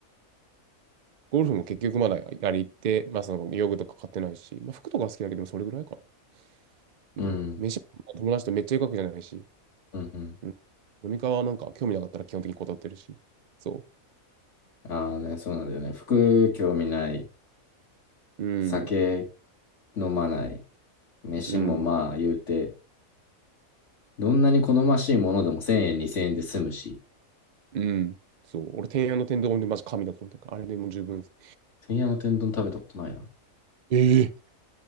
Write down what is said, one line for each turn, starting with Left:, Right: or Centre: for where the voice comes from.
Right: ゴルフも結局まだやり行って、まあその用具とか買ってないし、まあ服とか好きだけど、でもそれぐらいかな。
Left: うん。
Right: うん。飯も友達とめっちゃ行くわけじゃないし、
Left: うんうん。
Right: うん飲み会はなんか興味なかったら基本的に断ってるし。そ
Left: ああね、そうなんだよね。服興味ない、
Right: う。うん。
Left: 酒飲まない、飯もまあ言うて、
Right: うん。
Left: どんなに好ましいものでも1000円、2000円で済むし、
Right: うん。そう。俺、天安の天丼でマジ神だと思ってるから、あれでもう十分です。
Left: てんやの天丼食べたことないな。
Right: ええ